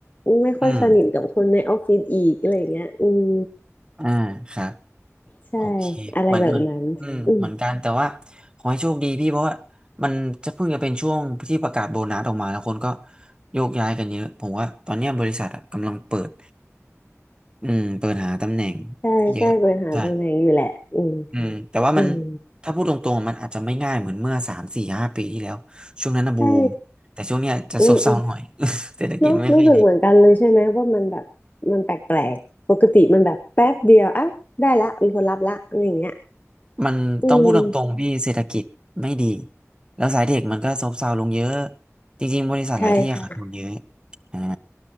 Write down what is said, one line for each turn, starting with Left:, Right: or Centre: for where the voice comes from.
Left: ไม่ค่อยสนิทกับคนในออฟฟิศอีกอะไรอย่างเงี้ยอืม
Right: อืมอ่าครับ
Left: ใช่
Right: โอเคเหมือนเหมือนอืมเหมือนกันแต่ว่า
Left: อะไรแบบนั้นอืม
Right: ขอให้โชคดีพี่เพราะว่ามันจะเพิ่งจะเป็นช่วงที่ประกาศโบนัสออกมาแล้วคนก็โยกย้ายกันเยอะผมว่าตอนเนี้ยบริษัทอะกำลังเปิด อืมเปิดหาตำแหน่ง
Left: ใช่ใช่บริหารตำแหน่งอยู่แหละอืม
Right: เยอะใช่อืมแต่ว่ามัน
Left: อืม
Right: ถ้าพูดตรงๆมันอาจจะไม่ง่ายเหมือนเมื่อสามสี่ห้าปีที่แล้วช่วงนั้นนะบูมแต่ช่วงเนี้ยจะซบเซาหน่อย
Left: ใช่อืมอืม
Right: <laughs> เศรษฐกิจไม่ค่อยดี
Left: เนอะรู้สึกเหมือนกันเลยใช่ไหมว่ามันแบบมันแปลกๆปกติมันแบบแป๊บเดียวอ้าวได้ละมีคนรับละอะไรอย่างเงี้ย
Right: มันต้องพูดตรงๆพี่เศรษฐกิจไม่ดี
Left: อืม
Right: แล้วสายเทคมันก็ซบเซาลงเยอะจริงๆบริษัทหลายที่อะขาดทุนเยอะ
Left: ใช่ใช่
Right: อ่า